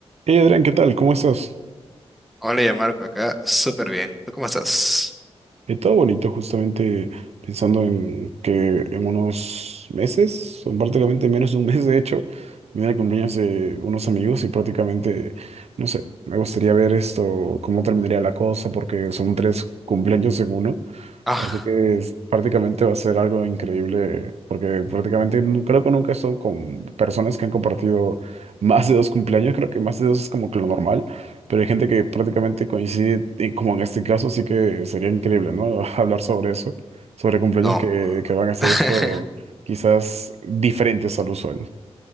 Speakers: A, on the right; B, in the centre.
A: Hey Adrián, ¿qué tal? ¿Cómo estás?
B: Hola, ya Marco, acá súper bien. ¿Tú cómo estás?
A: Eh, todo bonito, justamente pensando en que en unos meses, son prácticamente menos de un mes de hecho, viene el cumpleaños de unos amigos y prácticamente, no sé, me gustaría ver esto, cómo terminaría la cosa, porque son tres cumpleaños en uno.
B: Ah,
A: Así que es- prácticamente va a ser algo increíble, porque prácticamente nu- creo que nunca he estado con personas que han compartido <laughs> más de dos cumpleaños, creo que más de dos es como que lo normal, pero hay gente que prácticamente coincide, y como en este caso, sí que sería increíble, ¿no? <laughs> Hablar sobre eso, sobre cumpleaños
B: no.
A: que, que van a hacer
B: <laughs>
A: esto quizás diferentes al usual.